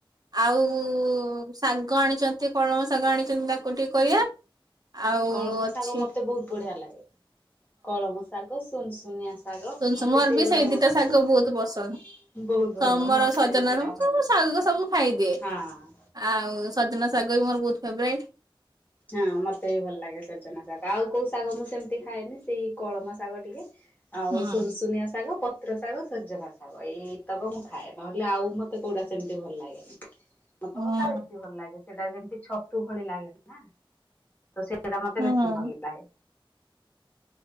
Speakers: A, on the right; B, on the left.
A: ଆଉ ଶାଗ ଆଣିଛନ୍ତି କଳମ ଶାଗ ଆଣିଛନ୍ତି ତାକୁ ଟିକେ କରିବା। ଆଉ
B: କଳମ
A: ଅଛି
B: ଶାଗ ମୋତେ ବହୁତ ବଢିଆ ଲାଗେ କଳମ ଶାଗ। ତେ ସୁନସୁନିଆ। ଶାଗ
A: ସୁନସୁନ
B: ମତେ
A: ମୋର
B: ସେଇଗୁଡା
A: ବି ସେଇ
B: ବହୁତ
A: ପିତା
B: ଭଲ
A: ଶାଗ
B: ଲାଗେ।
A: ବହୁତ ପସନ୍ଦ।
B: ବହୁତ ଭଲ
A: ମୋର
B: ମତେ
A: ସଜନା
B: ବି ସେଇଟା ଭଲ
A: ସବୁ ଶାଗ ସବୁ ଖାଇଦିଏ।
B: ହଁ।
A: ଆଉ ସଜନା ଶାଗବି ମୋର ବହୁତ ଫେବରାଇଟ୍।
B: ହଁ ମୋତେ ବି ଭଲ ଲାଗେ ସଜନା ଶାଗ ଆଉ କୋଉ ଶାଗ ମୁଁ ସେମିତି ଖାଏନି ସେଇ କଳମ ଶାଗ ଟିକେ। ଆଉ
A: ହୁଁ
B: ସୁନ ଶୁନିଆ ଶାଗ ପ- ପତ୍ର ଶାଗ ସଜନା ଶାଗ ଏଇତକ ମୁଁ ଖାଏ ନହେଲେ ଆଉ ମୋତେ କୋଉଟା ସେମିତି ଭଲ ଲାଗେନି। ମୋତେ
A: ହୁଁ
B: ମସା ବେଶୀ ଭଲ ଲାଗେ ସେଇଟା ଯେମିତି ଛତୁ ଭଳି ଲାଗେନି ନା ତ ସେ। ସେଇଟା ମୋତେ
A: ହୁଁ।
B: ବେଶୀ ଭଲ ଲାଗେ।